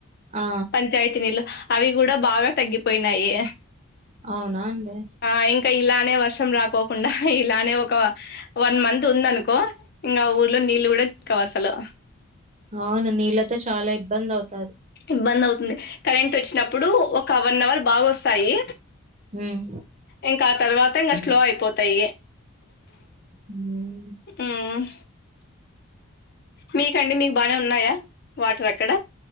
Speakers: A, on the right; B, on the left.
A: ఆ
B: పంచాయతీ నీళ్ళు అవి కూడా బాగా తగ్గిపోయినాయి
A: అవునా అండి
B: ఆ ఇంకా ఇలానే వర్షం రాకోకుండా ఇలానే ఒక వన్ మంత్ ఉంది అనుకో ఇంకా ఊర్లో నీళ్లు కూడా చిక్కవు అసలు
A: అవును నీళ్లతో చాలా ఇబ్బంది అవుతాది
B: ఇబ్బంది అవుతుంది కరెంట్ వచ్చినప్పుడు ఒక వన్ అవర్ బాగోస్తాయి
A: హ్మ్
B: ఇంకా ఆ తర్వాత ఇంకా స్లో అయిపోతాయి
A: ఉమ్
B: ఉమ్ మీకండి మీకు బానే ఉన్నాయా వాటర్ అక్కడ